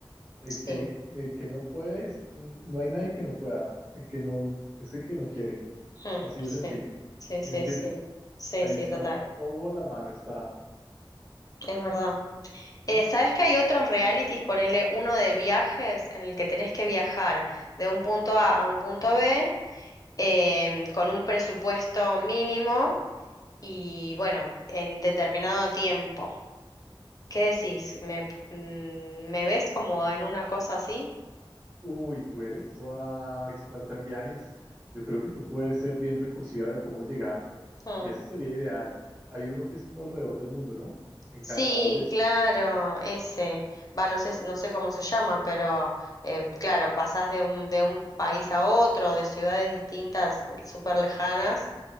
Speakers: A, on the right (about 30°); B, on the left (about 40°).
A: El
B: Sí,
A: que, el que no puede, es- n- no hay nadie que no pueda. El que no es el que no quiere.
B: mm,
A: Así de
B: sí,
A: sencillo.
B: sí,
A: ¿Sí
B: sí,
A: me entiendes?
B: sí, sí,
A: Ahí
B: sí,
A: está
B: total.
A: todo a la mano. Está.
B: Es verdad. Eh,
A: Y,
B: ¿sabes que hay otros realities? Ponele uno de viajes en el que tenés que viajar de un punto A a un punto B em, con un presupuesto mínimo y bueno, en determinado tiempo. ¿Qué decís? ¿Me, mm, me ves como en una cosa así?
A: uy, tú eres toda experta en viajes. Yo creo que tú puedes ser bien recursiva de cómo llegar.
B: Mm.
A: Y ese sería ideal. Hay uno que es como alrededor del mundo, ¿no? Encantador
B: Sí,
A: ese.
B: claro, ese. Va, no sé, si- no sé cómo se llama, pero eh, claro, pasás de un, de un país a otro, de ciudades distintas, súper lejanas